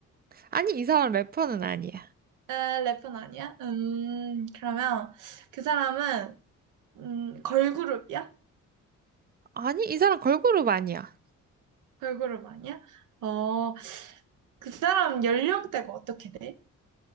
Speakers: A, on the right; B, on the right.
A: 아니, 이 사람 래퍼는 아니야.
B: 에, 래퍼는 아니야? 음, 그러면 그 사람은, 음, 걸그룹이야?
A: 아니, 이 사람 걸그룹 아니야.
B: 걸그룹 아니야? 어, 그 사람 연령대가 어떻게 돼?